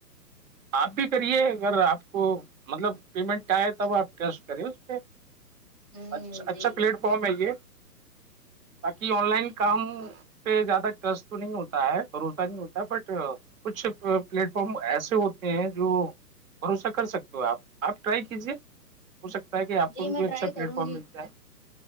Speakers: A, on the right (about 55°); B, in the centre.
A: آپ بھی کریے اگر آپ کو مطلب پیمنٹ آئے تب آپ ٹریسٹ کریں اس پہ
B: ہ
A: ا
B: جی
A: اچھا پلیٹ فارم ہے یہ باق آن لائن کام پہ زیادہ ٹرس تو نہیں ہوتا ہے بھروسہ نہیں ہوتا ہے بٹ کچھ پلیٹ فارم ایسے ہوتے ہیں جو بھروسہ کر سکتے ہو آپ آپ ٹرائی کیجیے ہو سکتا ہے کہ آپ
B: جی
A: کو بھی
B: میں
A: کوئی اچھا
B: ٹرائی
A: پلیٹ
B: کروں
A: فارم
B: گی
A: ملتا ہے